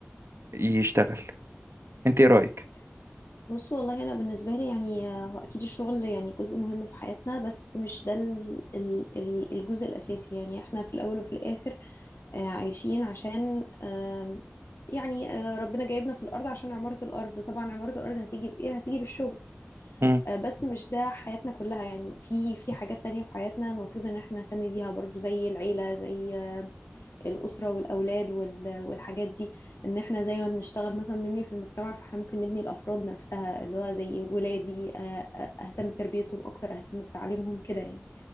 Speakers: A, on the right; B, on the left.
A: يشتغل أنت إيه
B: مم.
A: رأيك؟
B: بص والله انا بالنسبه لي يعني آه، هو اكيد الشغل يعني جزء مهم في حياتنا بس مش ده ال- ال- ال- الجزء الاساسي يعني احنا في الاول وفي الاخر آه، عايشين عشان آم، يعني آه، ربنا جايبنا في الارض عشان عماره الارض طبعا عماره الارض هتيجي بايه هتيجي بالشغل
A: مم.
B: آه، بس مش ده حياتنا كلها يعني في في حاجات تانية في حياتنا المفروض ان احنا نهتم بيها برضو زي العيله زي آه، الأسرة والأولاد وال- والحاجات دي إن إحنا زي ما بنشتغل مثلا بنبني في المجتمع فإحنا ممكن نبني الأفراد نفسها اللي هو زي ولادي آه، آه، أهتم بتربيتهم أكتر أهتم بتعليمهم كده يعني